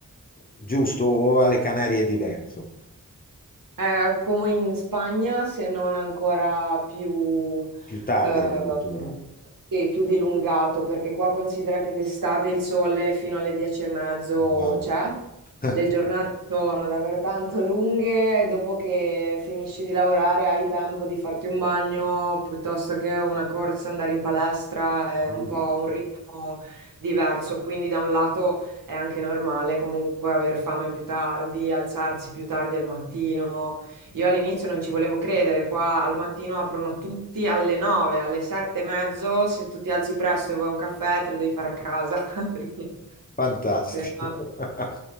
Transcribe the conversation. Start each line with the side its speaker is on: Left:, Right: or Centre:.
Left: giusto, o alle Canarie è diverso,
Right: È come in Spagna, se non ancora più,
Left: più tardi
Right: eh,
Left: addirittura.
Right: sì, più dilungato, perché qua considera che d'estate il sole fino alle 10 e mezzo
Left: Wow.
Right: c'è,
Left: <laughs>
Right: le giornate sono davvero tanto lunghe, e dopo che finisci di lavorare hai tempo di farti un bagno, piuttosto che una corsa, andare in palestra, è
Left: Bellissimo.
Right: un po' un ritmo diverso, quindi da un lato è anche normale comunque aver fame più tardi, alzarsi più tardi al mattino. Io all'inizio non ci volevo credere, qua al mattino aprono tutti alle 9, alle sette e mezzo, se tu ti alzi presto e vuoi un caffè te lo devi fare a casa, <laughs> perché
Left: Fantastico.
Right: se no-
Left: <laughs>